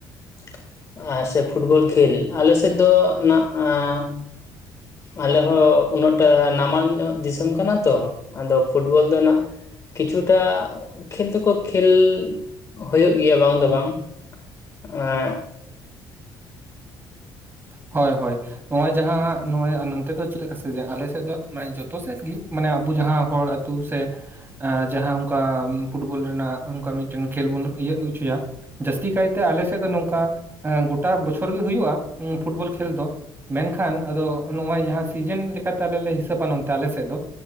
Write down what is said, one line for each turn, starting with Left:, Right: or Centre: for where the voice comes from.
Left: <inaudible> ᱟᱨ ᱥᱮ ᱯᱷᱩᱴᱵᱚᱞ ᱠᱷᱮᱞ ᱟᱞᱮ ᱥᱮᱫ ᱫᱚ ᱱᱟᱸᱜ ᱟᱸ ᱟᱞᱮ ᱦᱚᱸ ᱩᱱᱟᱹᱜ ᱴᱟᱜ ᱱᱟᱢᱟᱞ ᱧᱚᱜ ᱫᱤᱥᱚᱢ ᱠᱟᱱᱟ ᱛᱚ ᱾ ᱟᱫᱚ ᱯᱷᱩᱴᱵᱚᱞ ᱫᱚ ᱩᱱᱟᱹᱜ <unintelligible> ᱠᱷᱮᱞ ᱫᱚᱠᱚ ᱠᱷᱮᱞ <inaudible> ᱦᱩᱭᱩᱜ ᱜᱮᱭᱟ ᱵᱟᱝ ᱫᱚ ᱵᱟᱝ ᱾ ᱟᱸᱻ
Right: ᱦᱳᱭ ᱦᱳᱭ ᱾ ᱱᱚᱜ-ᱚᱭ ᱡᱟᱦᱟᱸ ᱱᱚᱜᱚᱭ ᱱᱚᱱᱛᱮ ᱫᱚ ᱪᱮᱫ ᱞᱮᱠᱟ <unintelligible> ᱟᱞᱮ ᱥᱮᱫ ᱫᱚ ᱢᱟᱱᱮ ᱡᱚᱛᱚ ᱥᱮᱫ ᱜᱮ, ᱢᱟᱱᱮ ᱟᱵᱚ ᱡᱟᱦᱟᱸ ᱦᱚᱲ ᱛᱩ ᱥᱮ ᱮᱸᱻ ᱡᱟᱦᱟᱸ ᱚᱱᱠᱟ ᱯᱷᱩᱴᱵᱚᱞ ᱨᱮᱱᱟᱜ ᱚᱱᱠᱟ ᱢᱤᱫᱴᱟᱝ ᱠᱷᱮᱞ ᱵᱚᱱ ᱤᱭᱟᱹᱜ ᱚᱪᱚᱭᱟ ᱾ ᱡᱟᱹᱥᱛᱤ ᱠᱟᱭᱛᱮ ᱟᱞᱮ ᱥᱮᱫ ᱫᱚ ᱱᱚᱝᱠᱟ ᱜᱚᱴᱟ ᱵᱚᱪᱷᱚᱨ ᱜᱮ ᱦᱩᱭᱩᱜ-ᱟ ᱯᱷᱩᱴᱵᱚᱞ ᱠᱷᱮᱞ ᱫᱚ ᱾ ᱢᱮᱱᱠᱷᱟᱱ ᱟᱫᱚ ᱱᱚᱜ-ᱚᱭ ᱡᱟᱦᱟᱸ ᱥᱤᱡᱤᱱ ᱞᱮᱠᱟᱛᱮ ᱟᱞᱮ ᱞᱮ ᱦᱤᱥᱟᱹᱵᱽᱟ ᱱᱚᱛᱮ ᱟᱞᱮ ᱥᱮᱫ ᱫᱚ